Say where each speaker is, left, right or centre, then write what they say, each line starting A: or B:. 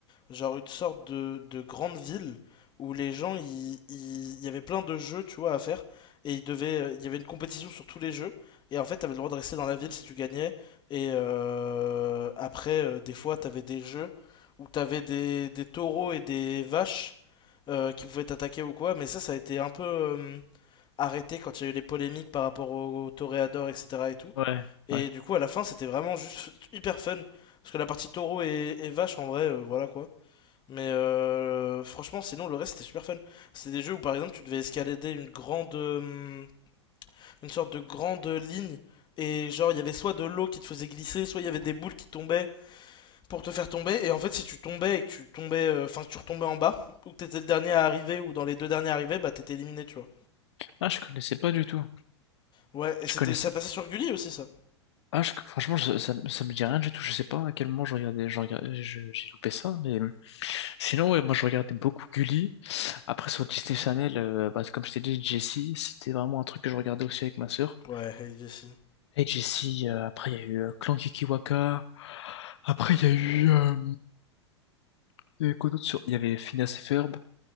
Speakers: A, on the left; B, on the left.
A: genre une sorte de, de grande ville où les gens ils- ils- il y avait plein de jeux tu vois à faire et ils devaient euh, il y avait une compétition sur tous les jeux et en fait t'avais le droit de rester dans la ville si tu gagnais et euh, après euh, des fois t'avais des jeux où t'avais des des taureaux et des vaches euh, qui pouvaient t'attaquer ou quoi mais ça ça a été un peu euh, arrêté quand il y a eu les polémiques par rapport au, au toréador, etc. et tout.
B: Ouais,
A: Et
B: ouais.
A: du coup, à la fin, c'était vraiment juste hyper fun. Parce que la partie taureau et, et vache, en vrai, euh, voilà quoi. Mais euh, franchement, sinon, le reste, c'était super fun. c'est des jeux où, par exemple, tu devais escalader une grande. euh, une sorte de grande ligne. Et genre, il y avait soit de l'eau qui te faisait glisser, soit il y avait des boules qui tombaient pour te faire tomber. Et en fait, si tu tombais et que tu tombais. euh, Enfin, que tu retombais en bas, ou que t'étais le dernier à arriver, ou dans les deux derniers arrivés, bah t'étais éliminé, tu vois.
B: Ah, je connaissais pas du tout.
A: Ouais, et
B: Je
A: c'était,
B: connaissais.
A: ça passait sur Gulli aussi, ça.
B: Ah, je- franchement, je- ça, me- ça me dit rien du tout. Je sais pas à quel moment je regardais, je regardais- je- j'ai loupé ça, mais sinon, ouais, moi, je regardais beaucoup Gulli. Après, sur Disney
A: Mhm.
B: Channel, euh, bah, comme je t'ai dit, Jessie, c'était vraiment un truc que je regardais aussi avec ma sœur.
A: Ouais, Hey Jessie.
B: Et Jessie, euh, après, il y a eu euh, Clan Kikiwaka. Après, il y a eu, euh, il y avait quoi d'autre sur, il y avait Phineas et Ferb.